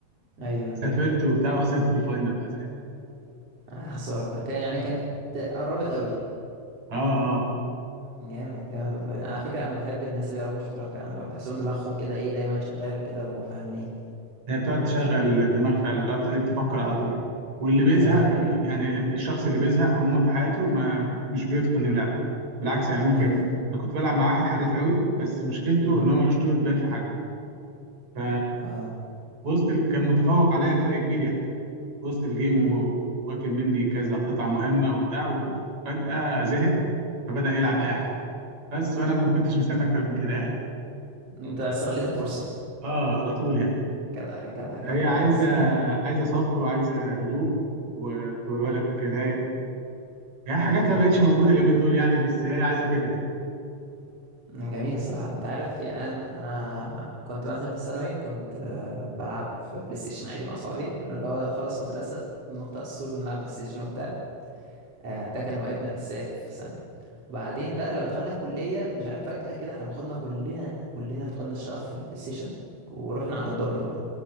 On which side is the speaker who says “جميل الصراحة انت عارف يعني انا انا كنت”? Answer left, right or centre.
Right